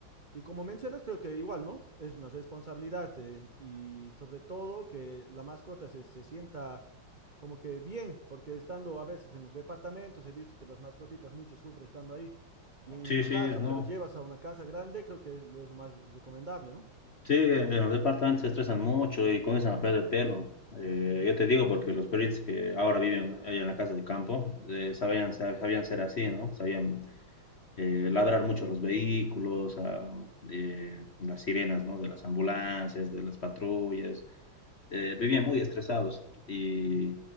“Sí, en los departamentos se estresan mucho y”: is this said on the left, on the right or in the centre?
Left